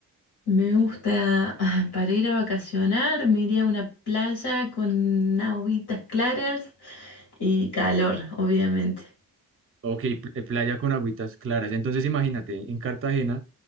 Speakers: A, on the left (about 65°); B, on the right (about 30°).
A: Me gusta ah, para ir a vacacionar, me iría a una playa con aguitas claras y calor, obviamente.
B: Ok, pl- playa con agüitas claras. Entonces, imagínate, en Cartagena